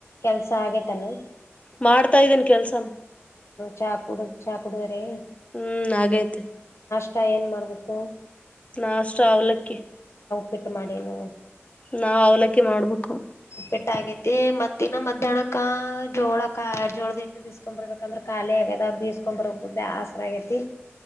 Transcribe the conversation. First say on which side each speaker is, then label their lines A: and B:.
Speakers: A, on the left (about 75°); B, on the left (about 30°).
A: ಕೆಲ್ಸ ಆಗೇತೇನು
B: ಮಾಡ್ತಾ ಇದ್ದೀನ್ ಕೆಲ್ಸನ
A: ಚಾಕೂಡು ಚಾಕೂಡುದಿರಿ
B: ಹ್ಮ್ ಆಗೈತೆ
A: ಊಟ ಏನ್ ಮಾಡ್ಬೇಕು
B: ನಾಷ್ಟ ಅವಲಕ್ಕಿ.
A: ಬಿಟ್ಟು ಮಾಡಿ ನ
B: ನಾವ ಅವ್ಲಕ್ಕಿ ಮಾಡ್ಬೇಕು
A: ಬಿಟ್ಟ ಆಗೇತಿ ಮತ್ತನ್ನ ಮಧ್ಯಾಹ್ಕ್ಕ ಜೋಳಕ ಜೋಳದಿಟ್ಟು ಬಿಸಕೊಂಡ್ ಬರ್ಬೇಕಂದ್ರ ಖಾಲಿ ಆಗ್ಯದ ಬೀಸ್ಕೊಂಡ್ ಬರ ಬ ಆಸರ ಆಗೈತಿ